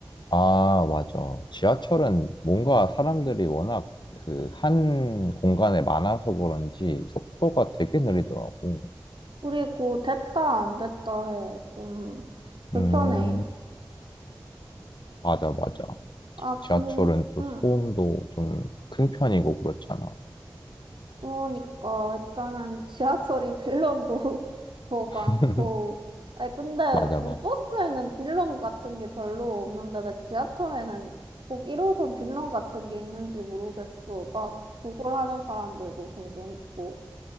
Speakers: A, on the left (about 65°); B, on the right (about 75°).
A: 아, 맞아. 지하철은 뭔가 사람들이 워낙 그 한 공간에 많아서 그런지 속도가 되게 느리더라고.
B: 그리고 됐다 안 됐다 해. 좀 불편해.
A: 음, 맞아, 맞아.
B: 아,
A: 지하철은
B: 군,
A: 또
B: 응.
A: 소음도 좀 큰 편이고 그렇잖아.
B: 그러니까 일단은 지하철이 빌런도 <laughs> 더 많고
A: <laughs>
B: 아니 근데
A: 맞아,
B: 왜
A: 맞아.
B: 버스에는 빌런 같은 게 별로 없는데 왜 지하철에는 꼭 1호선 빌런 같은 게 있는지 모르겠어 막 구걸 하는 사람들도 종종 있고